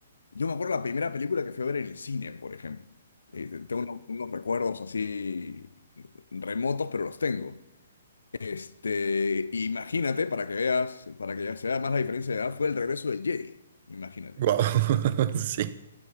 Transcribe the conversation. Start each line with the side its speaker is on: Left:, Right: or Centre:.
Left: Yo me acuerdo la primera película que fui a ver en el cine, por ejemplo. Eh, te- tengo unos, unos recuerdos así eh, remotos, pero los tengo. Este, imagínate, para que veas, para que ya se vea más la diferencia de edad, fue el regreso del Jedi. Imagínate.
Right: Wow, <laughs> sí.